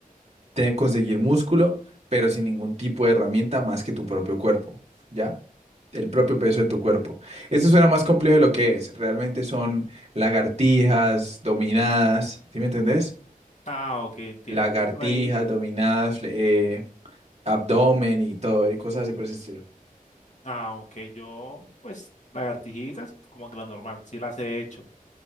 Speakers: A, on the right; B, on the left.
A: te- conseguir músculo, pero sin ningún tipo de herramienta más que tu propio cuerpo, ¿ya? El propio peso de tu cuerpo. Esto suena más complejo de lo que es. Realmente son lagartijas, dominadas, ¿sí me entendés?
B: Ah, ok, entiendo.
A: Lagartijas,
B: Yo por ahí,
A: dominadas, fle- eh, abdomen y todo, y cosas así por ese estilo.
B: ah, ok, yo, pues, lagartijitas, como que lo normal, sí las he hecho.